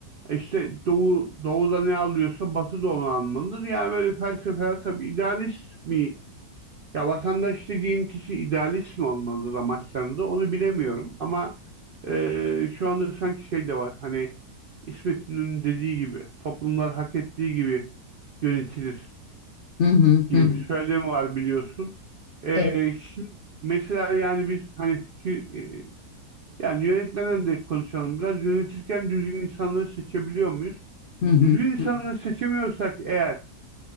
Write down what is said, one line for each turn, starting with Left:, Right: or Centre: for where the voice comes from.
Right: E, İşte Doğu, Doğu'da ne alıyorsa Batı da onu almalıdır. Yani böyle felsefeler tabii idealist mi Ya vatandaş dediğin kişi idealist mi olmalı Ramazan'da onu bilemiyorum ama e, şu anda sanki şey de var hani İsmet İnönü'nün dediği gibi toplumlar hak ettiği gibi yönetilir
Left: Hı hı,
Right: gibi
Left: hı hı.
Right: bir söylemi var biliyorsun. E,
Left: Evet.
Right: şimdi mesela yani biz hani fikir e, yani yönetmeden de konuşalım biraz yönetirken düzgün insanları seçebiliyor muyuz?
Left: Hı hı,
Right: Düzgün insanları
Left: hı
Right: seçemiyorsak eğer